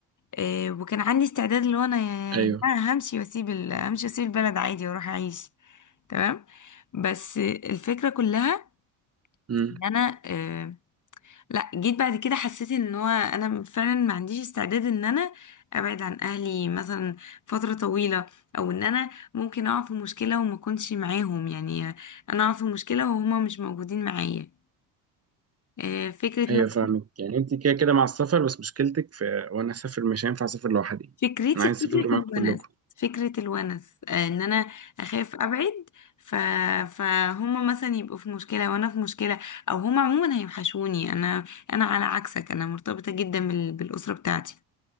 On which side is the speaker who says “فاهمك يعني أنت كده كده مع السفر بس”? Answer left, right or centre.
Right